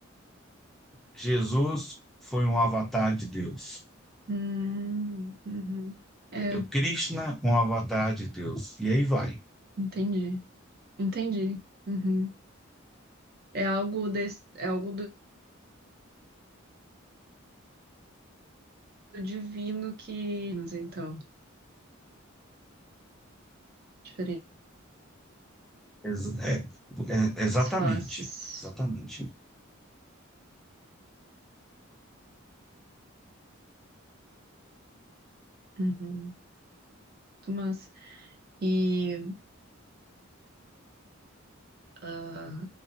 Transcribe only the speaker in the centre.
Jesus foi um avatar de Deus,
entendeu?
Krishna, um avatar de Deus, e aí vai.
Ex- é- é- exatamente,
exatamente.